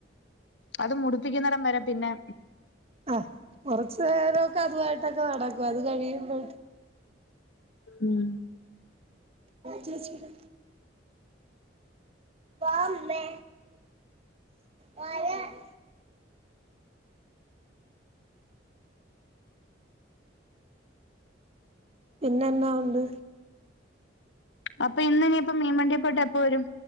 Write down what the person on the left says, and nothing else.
അത് മുടിപ്പിക്കുന്നടം വരെ പിന്നെ
ഉം
അപ്പൊ ഇന്ന് ഇനിപ്പ മീൻവണ്ടിയിൽ പോയിട്ട് എപ്പോ വരും